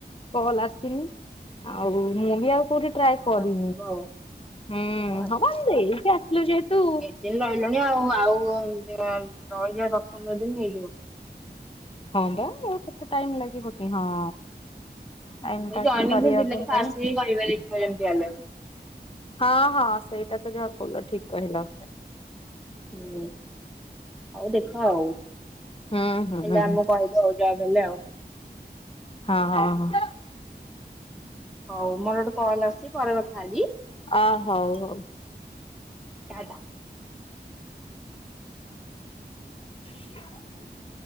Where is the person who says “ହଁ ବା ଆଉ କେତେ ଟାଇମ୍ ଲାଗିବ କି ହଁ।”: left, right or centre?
Left